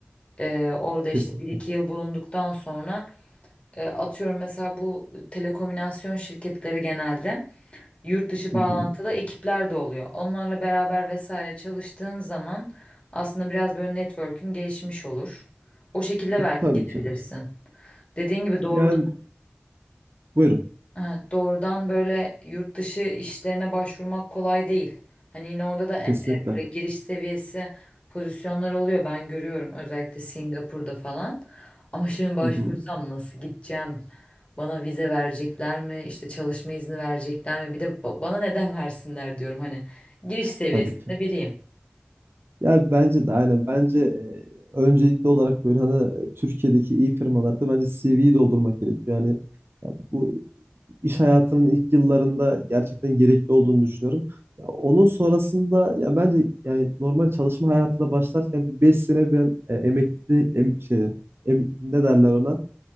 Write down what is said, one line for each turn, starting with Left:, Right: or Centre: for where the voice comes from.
Left: e, orada işte
Right: Kesin.
Left: bir iki yıl bulunduktan sonra E, Atıyorum mesela bu telekomünikasyon şirketleri genelde yurt dışı bağlantılı
Right: Hı hı.
Left: ekipler de oluyor. Onlarla beraber vesaire çalıştığın zaman aslında biraz böyle network'ün gelişmiş olur. O şekilde
Right: E,
Left: belki
Right: tabii
Left: gidebilirsin.
Right: ki.
Left: Dediğin gibi doğru
Right: Yani buyurun.
Left: Ha, doğrudan böyle yurt dışı işlerine başvurmak kolay değil. Hani yine orada da e-
Right: Kesinlikle.
Left: e, böyle giriş seviyesi pozisyonlar oluyor ben görüyorum özellikle Singapur'da falan. Ama şimdi başvursam
Right: Hı hı.
Left: nasıl gideceğim? Bana vize verecekler mi? İşte çalışma izni verecekler mi? Bir de ba- bana neden versinler diyorum hani. Giriş seviyesinde
Right: Tabii ki.
Left: biriyim.
Right: Yani bence de aynen. Bence e, öncelikli olarak böyle hani e, Türkiye'deki iyi firmalarda bence CV'yi doldurmak gerekiyor. Yani ya bu iş hayatının ilk yıllarında gerçekten gerekli olduğunu düşünüyorum. Ya onun sonrasında ya bence yani normal çalışma hayatına başlarken bir 5 sene ben e, emeklilikte em, şey em- ne derler ona